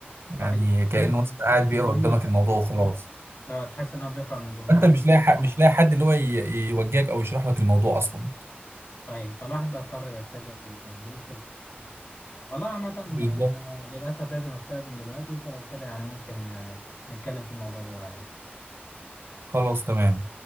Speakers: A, on the left; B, on the right.
A: صحيح
B: يعني كأنه
A: يمكن
B: بس قاعد
A: مش
B: بيقرا
A: ضمير
B: قدامك
A: حتى
B: الموضوع وخلاص
A: لو تحس إن هو بيقرأ من جورنال
B: انت مش لاقي حق مش لاقي حد اللي هو ي- يوجهك او يشرح لك الموضوع اصلا
A: صحيح فالواحد بقى اضطر يتجه للدروس الخصوصية والله عامة آه،
B: بالظبط
A: آه، للأسف لازم أستأذن دلوقتي فلو كده يعني ممكن آه، نتكلم في الموضوع ده بعدين
B: خلاص تمام